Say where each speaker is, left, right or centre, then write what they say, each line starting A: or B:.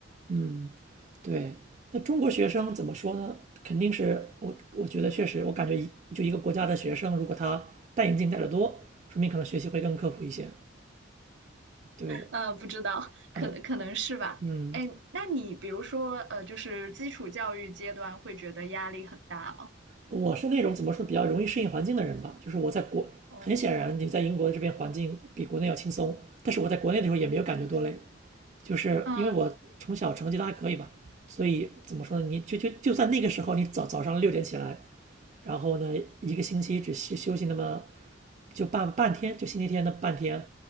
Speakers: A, on the right; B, on the right.
A: 嗯。对，那中国学生怎么说呢？肯定是我，我觉得确实，我感觉一就一个国家的学生，如果他戴眼镜戴得多，说明可能学习会更刻苦一些。对，
B: 呃，不知道，
A: 呃，
B: 可能可能是吧。
A: 嗯，
B: 哎，那你比如说，呃，就是基础教育阶段会觉得压力很大吗？
A: 我是那种怎么说比较容易适应环境的人吧，就是我在国，
B: 哦，
A: 很显然你在英国的这边环境比国内要轻松，但是我在国内的时候也没有感觉多累，就是因为我从小成绩都还可以吧，
B: 嗯，
A: 所以怎么说呢？你就就就算那个时候你早早上六点起来，然后呢一个星期只休休息那么就半半天，就星期天的半天，